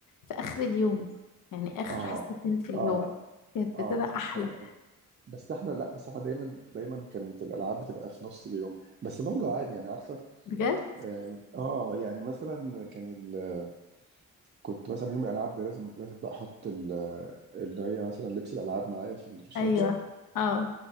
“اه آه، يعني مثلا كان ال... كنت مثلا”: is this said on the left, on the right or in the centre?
Right